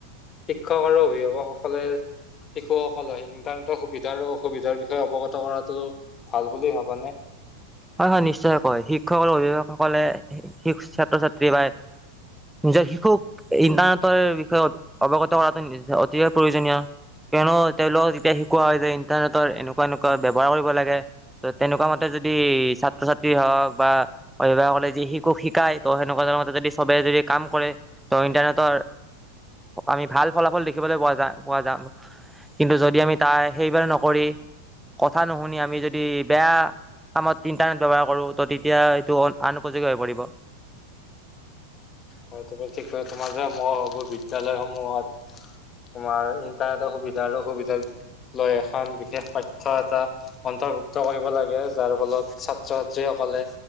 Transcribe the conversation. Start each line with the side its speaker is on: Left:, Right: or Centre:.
Left: শিক্ষক আৰু অভিভাৱকসকলে। শিশুসকললে ইন্টাৰনেটৰ সুবিধা অসুবিধাৰ বিষয়ে অৱগত কৰাটো ভাল বুলি ভবানে
Centre: হয় হয় নিশ্চয়ে কয় শিক্ষক আৰু অভিভাৱকসকলে ছাত্ৰ ছাত্ৰী বা। নিজৰ শিশুক ইণ্টাৰনেটৰ বিষয়ে অৱগত কৰাটো অতিকে প্ৰয়োজনীয়? কিয়নো তেওঁলোকক যেতিয়া শিকোৱা হয় যে ইণ্টাৰনেটৰ এনেকুৱা এনেকুৱা ব্যৱহাৰ কৰিব লাগে ত তেনেকুৱা মতে যদি কি ছাত্ৰ ছাত্ৰী হওঁক বা অভিভাৱকলে যি শিশু শিকাই ত সেনেকুৱা ধৰ মতে যদি সবে যদি কাম কৰে ত ইণ্টাৰনেতো? আমি ভাল ফলাফল দেখিবলৈ পোৱা যা পোৱা যাম। কিন্তু যদি আমি তাই সেইবাৰ নকৰি কথা নুশুনি আমি যদি বেয়া <unintelligible> কামত ইন্টাৰনেট ব্যৱহাৰ কৰো ত তেতিয়া এইটো আনপযোগী হৈ পৰিব।
Left: হয় তোমাৰ ঠিক ক তোমাৰ মই হ'ব বিদদ্যালয়সমূহত? <unintelligible> তোমাৰ ইণ্টাৰনেটৰ সুবিধা আৰু সুবিধা। লৈ এখন বিশেষ পাঠ্য এটা অন্তৰ্ভুক্ত কৰিব লাগে যাৰ ফলত ছাত্ৰ ছাত্ৰী কলে